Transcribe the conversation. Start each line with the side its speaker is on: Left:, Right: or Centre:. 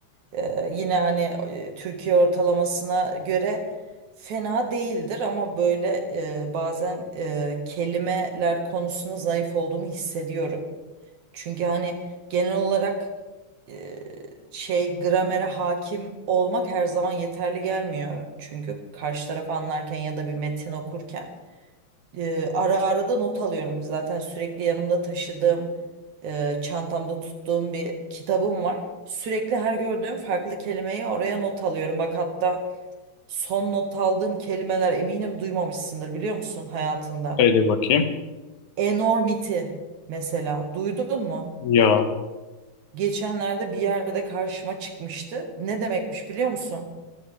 Right: Ee, yine hani e, Türkiye ortalamasına göre fena değildir ama böyle e, bazen e, kelimeler konusunda zayıf olduğumu hissediyorum. Çünkü hani genel olarak e, şey gramere hakim olmak her zaman yeterli gelmiyor. Çünkü karşı tarafı anlarken ya da bir metin okurken e, ara ara da not alıyorum. Zaten sürekli yanımda taşıdığım, e, çantamda tuttuğum bir kitabım var. Sürekli her gördüğüm farklı kelimeyi oraya not alıyorum. Bak hatta son not aldığım kelimeler eminim duymamışsındır biliyor musun hayatında?
Left: Öyle bakayım.
Right: Enormity mesela duydun mu?
Left: Ya.
Right: Geçenlerde bir yerde karşıma çıkmıştı. Ne demekmiş biliyor musun?